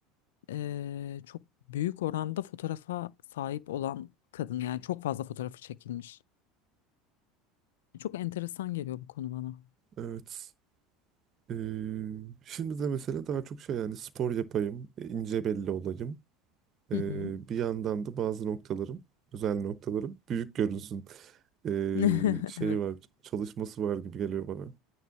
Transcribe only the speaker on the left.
e, çok büyük oranda fotoğrafa sahip olan kadın yani çok fazla fotoğrafı çekilmiş. Çok enteresan geliyor bu konu bana.
Hı hı.
<laughs>
Evet,